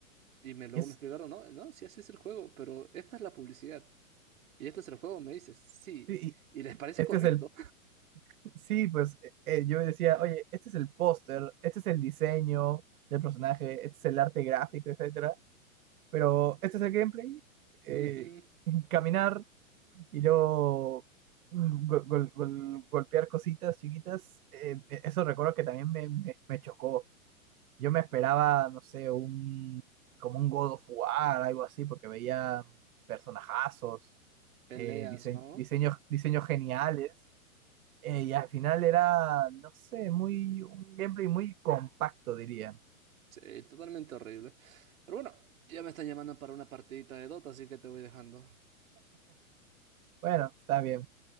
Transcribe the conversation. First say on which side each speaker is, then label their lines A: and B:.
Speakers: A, on the right; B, on the right.
A: y me luego
B: es,
A: me explicaron, no, no, sí, así es el juego, pero esta es la publicidad. Y este es el juego, me dices, sí.
B: sí,
A: Y les
B: y-
A: parece
B: y este
A: correcto.
B: es el, sí, pues eh, eh, yo decía, oye, este es el póster, este es el diseño del personaje, este es el arte gráfico, etcétera, pero este es el gameplay, eh,
A: <laughs> Ujú.
B: <laughs> caminar Y luego mm, gol- gol- gol- golpear cositas chiquitas, eh, e-, eso recuerdo que también me, me- me chocó. Yo me esperaba, no sé, un como un God of War, algo así, porque veía personajazos,
A: Peleas,
B: eh, dise-
A: ¿no?
B: diseños, diseños geniales, eh, y al final era, no sé, muy un gameplay muy compacto, diría.
A: Sí, totalmente horrible. Pero bueno, ya me están llamando para una partidita de Dota, así que te voy dejando.
B: Bueno, está bien.